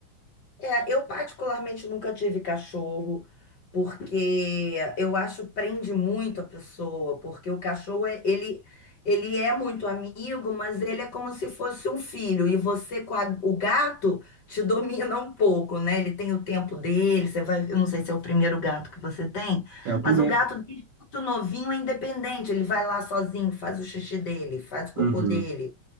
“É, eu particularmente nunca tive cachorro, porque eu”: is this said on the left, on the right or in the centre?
Left